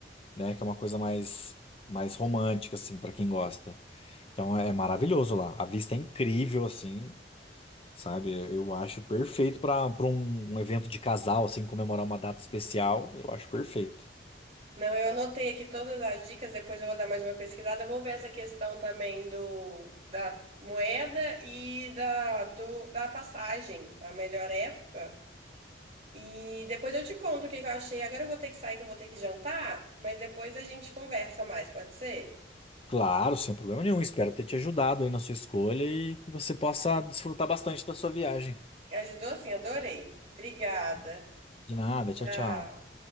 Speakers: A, on the left; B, on the right.
A: né? Que é uma coisa mais, mais romântica, assim, pra quem gosta. Então é maravilhoso lá. A vista é incrível, assim, sabe? Eu acho perfeito pra para um, um evento de casal, assim, comemorar uma data especial. Eu acho perfeito.
B: Não, eu anotei aqui todas as dicas, depois eu vou dar mais uma pesquisada. Vou ver essa questão também do da moeda e da, do, da passagem, a melhor época. E depois eu te conto o que que eu achei. Agora eu vou ter que sair, que eu vou ter que jantar, mas depois a gente conversa mais, pode ser?
A: Claro, sem problema nenhum. Espero ter te ajudado aí na sua escolha e que você possa desfrutar bastante da sua viagem.
B: Ajudou sim, adorei. Obrigada.
A: Tá. De nada,
B: Tchau.
A: tchau, tchau.